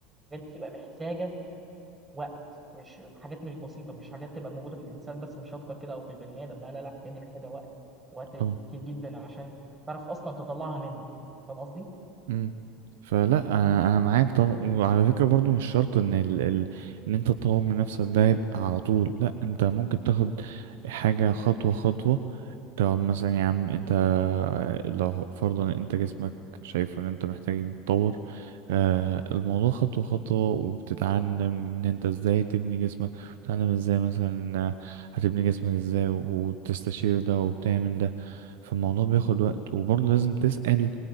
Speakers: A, on the right; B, on the right.
A: الحاجات دي بتبقى محتاجه وقت مش حاجات مش بسيطة مش حاجات تبقى موجودة في الإنسان بس مش أكتر كده أو في البني آدم لا لا لا الحاجات دي محتاجة وقت وقت
B: اه
A: كتير جدا عشان تعرف أصلا تطلعها منك فاهم قصدي؟
B: امم فلا انا انا معاك طبعا وعلى فكره برضو مش شرط ان ال... ال... ان انت تطور من نفسك ده يبقى على طول لا انت ممكن تاخد حاجه خطوه خطوه طب مثلا يا عم انت لو فرضا انت جسمك شايف ان انت محتاج يتطور آه، الموضوع خطوة خطوة وبتتعلم ان انت ازاي تبني جسمك بتتعلم ازاي مثلا آه، هتبني جسمك ازاي وتستشير ده وبتعمل ده فالموضوع بياخد وقت وبرضه لازم تسأل